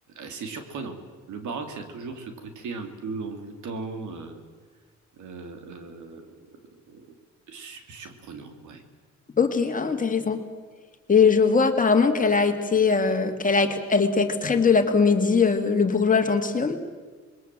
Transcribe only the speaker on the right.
c'est surprenant. Le baroque, ça a toujours ce côté un peu envoûtant, euh, euh, euh, su- surprenant, ouais.